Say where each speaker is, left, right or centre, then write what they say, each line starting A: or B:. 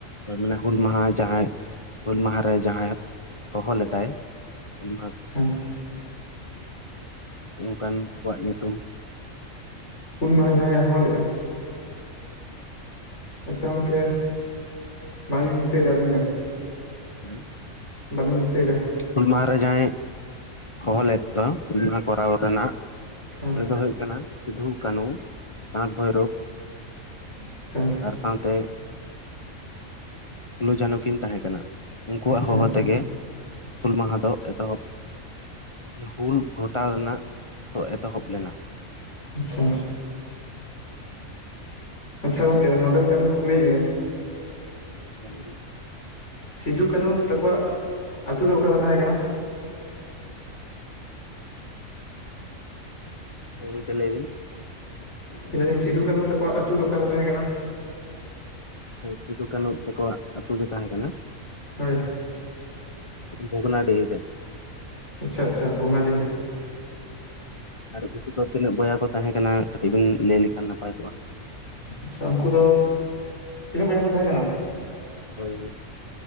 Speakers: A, on the left (about 35°); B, on the left (about 60°).
A: ᱦᱚᱭ ᱢᱟᱱᱮ ᱦᱩᱞ ᱢᱟᱦᱟ ᱡᱟᱦᱟᱸᱭ ᱦᱩᱞ ᱢᱟᱦᱟ ᱨᱮ ᱡᱟᱦᱟᱸᱭ ᱦᱚᱦᱚ ᱞᱮᱫᱟᱭ ᱦᱩᱞ ᱢᱟᱦᱟ
B: ᱦᱮᱸ
A: ᱚᱱᱠᱟᱱ ᱠᱚᱣᱟᱜ ᱧᱩᱛᱩᱢ
B: ᱦᱩᱞ ᱢᱟᱦᱟ ᱡᱟᱦᱟᱸᱭ-ᱮ ᱦᱚᱦᱚᱞᱮᱜᱼᱟ ᱟᱪᱪᱷᱟ ᱜᱚᱢᱠᱮ ᱵᱟᱝᱞᱤᱧ ᱫᱤᱥᱟᱹᱭᱮᱫᱟ ᱟᱹᱞᱤᱧ ᱫᱚ
A: ᱦᱩᱸ
B: ᱵᱟᱹᱞᱤᱧ ᱫᱤᱥᱟᱹᱭᱫᱟ
A: ᱦᱩᱞ ᱢᱟᱦᱟ ᱨᱮ ᱡᱟᱦᱟᱸᱭ ᱦᱚᱦᱚ ᱞᱮᱫ ᱫᱚ ᱦᱩᱞ ᱢᱟᱦᱟ ᱠᱚᱨᱟᱣ ᱨᱮᱱᱟᱜ
B: ᱦᱮᱸ
A: ᱩᱱᱤ ᱫᱚ ᱦᱩᱭᱩᱜ ᱠᱟᱱᱟ ᱥᱤᱫᱷᱩ ᱠᱟᱹᱱᱦᱩ ᱪᱟᱸᱫᱽ ᱵᱷᱟᱭᱨᱚᱵ
B: ᱟᱥᱟ
A: ᱟᱨ ᱥᱟᱶᱛᱮ ᱯᱷᱩᱞᱳ ᱡᱷᱟᱱᱚ ᱠᱤᱱ ᱛᱟᱸᱦᱮ ᱠᱟᱱᱟ ᱩᱱᱠᱩᱣᱟᱜ
B: ᱟᱪᱪᱷᱟ
A: ᱦᱚᱦᱚ
B: ᱟᱪᱪᱷᱟ
A: ᱛᱮᱜᱮ ᱦᱩᱞ ᱢᱟᱦᱟ ᱫᱚ ᱮᱛᱚᱦᱚᱵ ᱦᱩᱞ ᱜᱷᱚᱴᱟᱣ ᱨᱮᱱᱟᱜ ᱫᱚ ᱮᱛᱚᱦᱚᱵ ᱞᱮᱱᱟ
B: ᱟᱪᱪᱷᱟ ᱟᱪᱪᱷᱟ ᱜᱚᱢᱠᱮ ᱱᱚᱰᱮ ᱢᱮᱫᱴᱟᱝ ᱞᱤᱧ ᱠᱩᱩᱞᱤᱭᱮᱫ ᱵᱤᱱᱟ
A: ᱦᱮᱸ ᱞᱟᱹᱭ ᱵᱤᱱ,
B: ᱥᱤᱫᱷᱩ ᱠᱟᱹᱱᱦᱩ ᱛᱟᱠᱚᱣᱟᱜ ᱟᱛᱩ ᱫᱚ ᱚᱠᱟᱨᱮ ᱛᱟᱦᱮᱸ ᱠᱟᱱᱟ?
A: ᱦᱮᱸ ᱜᱚᱢᱠᱮ ᱞᱟᱹᱭᱵᱤᱱ
B: ᱞᱮ ᱫᱟᱞᱤᱧ ᱥᱤᱫᱷᱩ ᱠᱟᱹᱱᱦᱩ ᱛᱟᱠᱚᱣᱟᱜ ᱟᱛᱩ ᱫᱚ ᱚᱠᱟ ᱨᱮ ᱛᱟᱸᱦᱮᱸ ᱠᱟᱱᱟ?
A: ᱥᱤᱫᱷᱩ ᱠᱟᱹᱱᱦᱩ ᱛᱟᱠᱚᱣᱟᱜ ᱟᱛᱩ ᱫᱚ ᱛᱟᱸᱦᱮᱸ ᱠᱟᱱᱟ
B: ᱦᱳᱭ
A: ᱵᱷᱚᱜᱱᱟᱰᱤᱦᱤ ᱨᱮ
B: ᱟᱪᱪᱷᱟ ᱟᱪᱪᱷᱟ ᱵᱷᱚᱜᱱᱟᱰᱤᱦᱤ ᱨᱮ
A: ᱟᱨ ᱩᱱᱠᱩ ᱠᱚ ᱫᱚ ᱛᱤᱱᱟᱹᱜ ᱵᱚᱭᱦᱟ ᱠᱚ ᱛᱟᱦᱮᱸ ᱠᱟᱱᱟ? ᱠᱟᱹᱴᱤᱡ ᱵᱤᱱ ᱞᱟᱹᱭ ᱞᱮᱠᱷᱟᱱ ᱱᱟᱯᱟᱭ ᱠᱚᱜᱼᱟ
B: ᱟᱪᱪᱷᱟ ᱩᱝᱠᱩ ᱫᱚ ᱛᱤᱱᱟᱹᱜ ᱵᱚᱭᱦᱟ ᱠᱚ ᱛᱟᱦᱮᱸ ᱠᱟᱱᱟ
A: ᱦᱳᱭ ᱦᱳᱭ